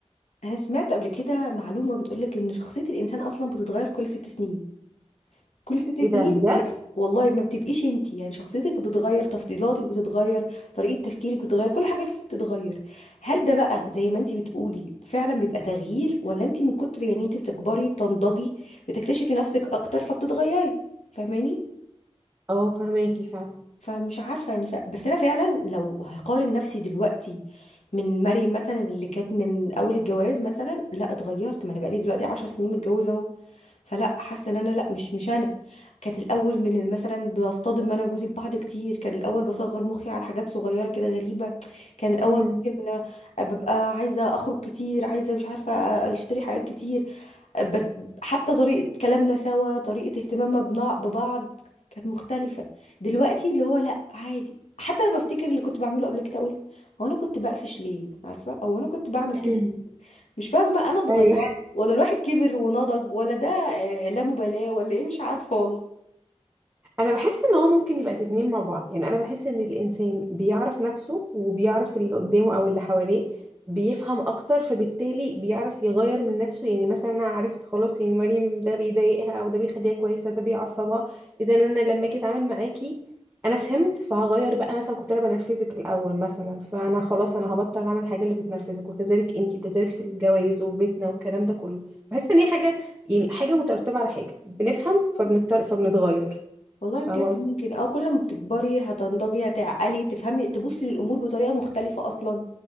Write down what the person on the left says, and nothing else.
انا سمعت قبل كده معلومه بتقولك ان شخصيه الانسان اصلا بتتغير كل ست سنين كل ست سنين
ما والله ما بتبقيش انت يعني شخصيتك بتتغير تفضيلاتك بتتغير طريقه تفكيرك بتتغير كل حاجه فيك بتتغير هل ده بقى زي ما انت بتقولي فعلا بيبقى تغيير ولا انت من كتر يعني انت بتكبري بتنضجي بتكتشفي نفسك اكتر فبتتغيري فاهماني
فمش عارفة يعني ف... بس أنا فعلا لو هقارن نفسي دلوقتي من مريم مثلا اللي كانت من أول الجواز مثلا لا اتغيرت ما أنا بقالي دلوقتي عشر سنين متجوزة أهو فلا حاسة إن أنا لا مش مش أنا كانت الأول من مثلا بصطدم أنا وجوزي ببعض كتير كان الأول بصغر مخي على حاجات صغيرة كده غريبة كان الأول
ممكن ببقى عايزة أخرج كتير عايزة مش عارفة أشتري حاجات كتير بت- حتى طريقة كلامنا سوا طريقة اهتمامنا بنا- ببعض كانت مختلفة دلوقتي اللي هو لا عادي حتى لما افتكر اللي كنت بعمله قبل كده اقول هو انا كنت بقفش ليه عارفة او انا كنت بعمل كده
مش فاهمة بقى انا اتغيرت
ولا الواحد كبر ونضج ولا ده آه، لا مبالاة ولا ايه مش عارفة
والله
والله بجد
ممكن اه كل ما بتكبري هتنضجي هتعقلي تفهمي تبصي للامور بطريقه مختلفه اصلا